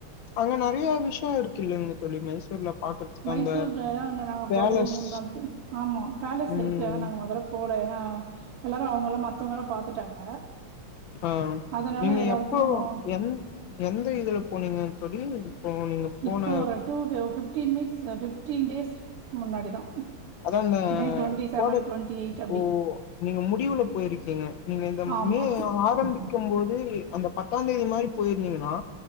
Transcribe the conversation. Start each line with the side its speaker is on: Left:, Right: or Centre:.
Left: அங்க நெறைய விஷயோ இருக்கூ <unintelligible> தோழி மைசூர்ல பாக்குறதுக்கு
Right: மைசூர்லல்லா
Left: அந்த
Right: நாங்க
Left: பேலஸ்
Right: போட்டதே மூணு நாள் ட்ரிப் ஆமா பேலஸ்
Left: ம்
Right: இருக்கு ஆனா நாங்க முதல்ல போல ஏன்னா எல்லாரு அவங்க எல்லா மத்தவங்கல்லா பாத்துட்டாங்க
Left: ஆஹ்
Right: அதனால
Left: நீங்க
Right: எல்லாருக்கு
Left: எப்ப எ எந்த இதுல போனீங்கன்னு தோழி நீங்க போன
Right: இப்போ ஒரு two fifteen weeks சதுப் <unintelligible> fifteen days முன்னாடி தான்
Left: அதான் இந்த
Right: மே டுவெண்ட்டி செவன்
Left: கோடை
Right: டுவெண்ட்டி எயிட் அப்படி
Left: ஓ நீங்க முடிவுல போயிருக்கீங்க நீங்க இந்த
Right: ஆமா
Left: மே ஆரம்பிக்கும்
Right: ம்
Left: போது அந்த பத்தா தேதி மாரி போயிருந்தீங்கன்னா